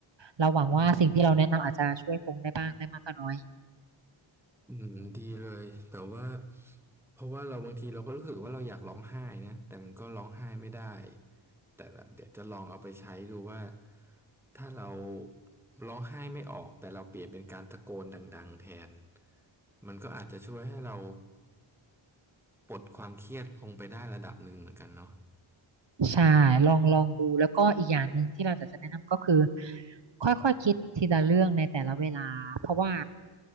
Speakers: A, on the right; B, in the centre.
A: เราหวังว่าสิ่งที่เราแนะนำอาจจะช่วยพงได้บ้างไม่มากก็น้อย
B: อืมอืมดีเลยแต่ว่าเพราะว่าเราบางทีเราก็รู้สึกว่าเราอยากร้องไห้นะแต่มันก็ร้องไห้ไม่ได้ แต่ละเดี๋ยวจะลองเอาไปใช้ดูว่า ถ้าเราร้องไห้ไม่ออกแต่เราเปลี่ยนเป็นการตะโกนดังๆแทนมันก็อาจจะช่วยให้เราปลดความเครียดลงไปได้ระดับหนึ่งเหมือนกันเนาะ
A: ใช่ลองลองดูแล้วก็อีกอย่างหนึ่งที่เราจะแนะนำก็คือค่อยๆคคิดทีละเรื่องในแต่ละเวลาเพราะว่า